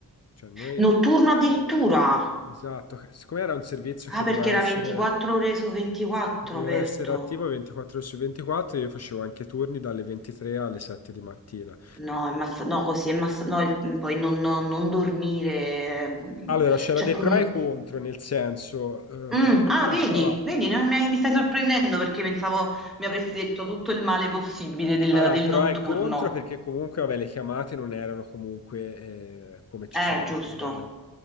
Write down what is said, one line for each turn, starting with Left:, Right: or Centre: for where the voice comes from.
Left: Cioè noi,
Centre: Notturno addirittura.
Left: esatto, che- siccome era un servizio
Centre: Ah,
Left: che doveva
Centre: perché era
Left: essere,
Centre: 24 ore su 24
Left: doveva
Centre: aperto.
Left: essere attivo 24 ore su 24, io facevo anche turni dalle 23 alle 7 di mattina.
Centre: No, è massa- no, così è massa- no, il- poi non, non- non dormire. eh,
Left: Allora, c'era
Centre: Cioè,
Left: dei
Centre: com-
Left: pro e contro, nel senso, eh,
Centre: Mm,
Left: comunque
Centre: ah,
Left: ti lasciava
Centre: vedi, vedi, no, mi, mi stai sorprendendo perché pensavo mi avresti detto tutto il male possibile del,
Left: alla
Centre: del
Left: pro
Centre: notturno.
Left: e contro perché comunque, vabbè, le chiamate non erano comunque eh, come ci
Centre: Eh,
Left: sono
Centre: giusto,
Left: di giorno.